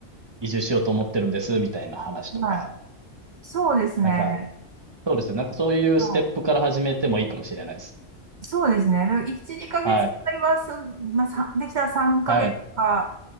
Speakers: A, on the right (about 25°); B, on the right (about 55°).
A: 移住しようと思ってるんです、みたいな話とか、
B: い。はい。そうですね。
A: なんか、そうですよ。なんかそういうステップから始めてもいいかもしれないですね。
B: はい。そうですね。で1、2ヶ月くらいは、
A: はい、
B: そんまあ、さんできたら3ヶ月とか
A: はい。